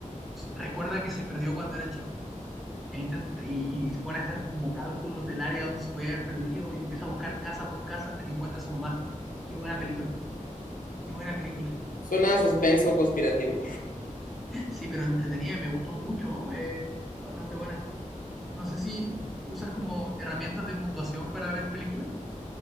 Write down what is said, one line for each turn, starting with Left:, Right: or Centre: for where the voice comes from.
Centre: se- recuerda que se perdió cuando era chico. e intent- y, y se pone a hacer como cálculos del área donde se puede haber perdido y empieza a buscar casa por casa hasta que encuentra a su mamá. Qué buena película, qué buena película.
Left: Suena a suspenso conspirativo.
Centre: Sí, pero entretenida, me gustó mucho, eh, bastante buena. No sé si usas como herramientas de puntuación para ver películas.